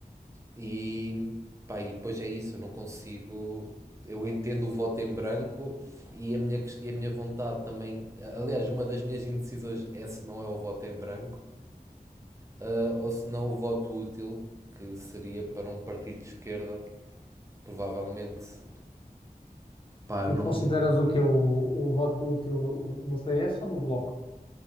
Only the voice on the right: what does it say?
E, pá, e depois é isso, eu não consigo. Eu entendo o voto em branco e a minha, ques- e a minha vontade também. Aliás, uma das minhas indecisões é se não é o voto em branco, ah, ou se não o voto útil, que seria para um partido de esquerda, provavelmente, pá, eu
não,